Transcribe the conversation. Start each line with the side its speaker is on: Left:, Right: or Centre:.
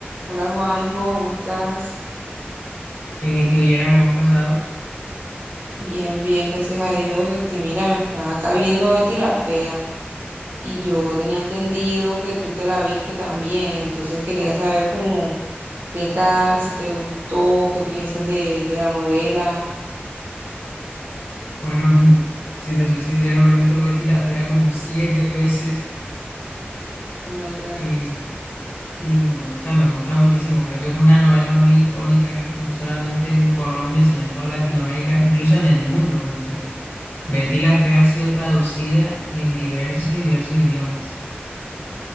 Right: Hola Juanjo, ¿cómo estás?
Left: En tu y tú, Yera, cómo has pasado.
Right: Bien, bien, gracias a Dios. Este, mira, me está acá viendo Betty la Fea y yo tenía entendido que tú te la viste también, entonces quería saber cómo, qué tal, si te gustó, qué piensas de, de la novela.
Left: Bueno, <laughs> si te soy sincero, me he visto Betty la Fea como siete veces
Right: Oh my God.
Left: y, y me gusta, me gusta muchísimo. Creo que es una novela muy icónica, no solamente en Colombia, sino en toda Latinoamérica, incluso en el mundo, porque Betty la Fea ha sido traducida en diversos y diversos idiomas.